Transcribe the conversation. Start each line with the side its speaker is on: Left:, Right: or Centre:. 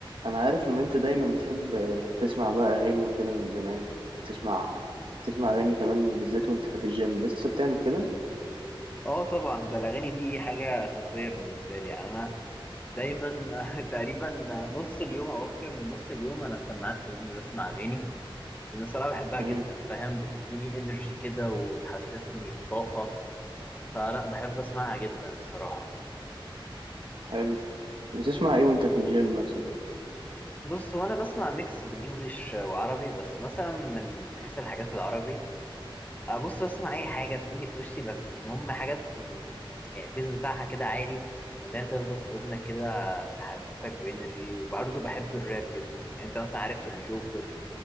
Right: انا عارف ان انت دايما بتحب تسمع بقى اغاني وكده من زمان تسمع تسمع اغاني كمان بالذات وانت في الجيم لسه بتعمل كده
Left: اه طبعا ده الاغاني دي حاجه اساسيه بالنسبه لي يعني انا دايما <laughs> تقريبا نص اليوم او اكتر من نص اليوم انا السماعات في ودني بسمع اغاني لان الصراحه بحبها
Right: امم
Left: جدا فاهم بتديني انرجي كده وتحسسني بطاقه فلا بحب اسمعها جدا الصراحه
Right: حلو بتسمع ايه وانت في الجيم مثلا
Left: بص هو انا بسمع ميكس بين انجليش وعربي بس مثلا من حيث الحاجات العربي ابص بسمع اي حاجه بتيجي في وشي بس المهم حاجه تكون يعني البيز بتاعها كده عالي ولا هي تخبط في ودنك كده تحسسك بانرجي وبرضه بحب الراب جدا يعني انت مثلا عارف الجوكر